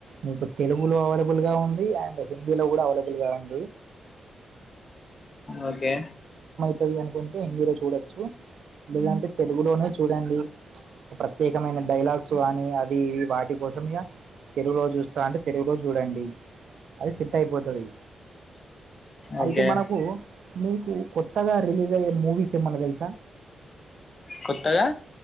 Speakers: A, on the right; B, on the left.
A: మీకు తెలుగులో వాళ్ళ బుల్గా ఉంది అండ్ హిందీ లో కూడా అవైలబుల్ గా ఉంది
B: ఓకే
A: చది అనుండి హిందీలో చూడొచ్చు లేదంటే తెలుగులోనే చూడండి ప్రత్యేకమైన డైలాగ్స్ కానీ అవి ఇవి వాటి కోసం తెలుగులో చూస్తా అంటే తెలుగులోజు చూడండి అది సెట్ అయిపోతుంది
B: ఓకే
A: అయితే మనకు మీకు కొత్తగా రిలీజ్ అయ్యే మూవీస్ ఏమన్నా తెలుసా
B: కొత్తగా